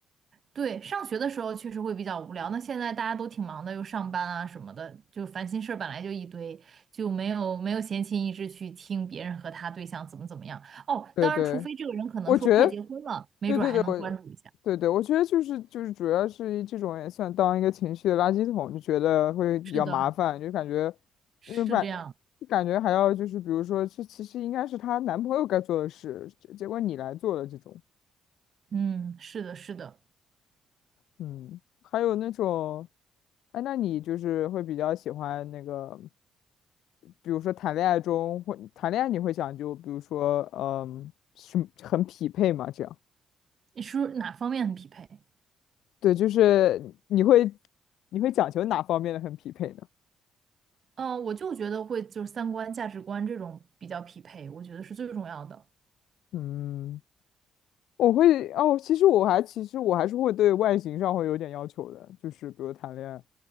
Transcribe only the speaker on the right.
对，上学的时候确实会比较无聊。那现在大家都挺忙的，又上班啊什么的，就烦心事儿本来就一堆，就没有没有闲情逸致去听别人和他对象怎么怎么样。哦，
当然，除非这个人可能说快结婚了，
没准儿还能关注一下。
是的，
是这样。
嗯，是的，是的。
你是哪方面很匹配？
嗯，我就觉得会就是三观、价值观这种比较匹配，我觉得是最重要的。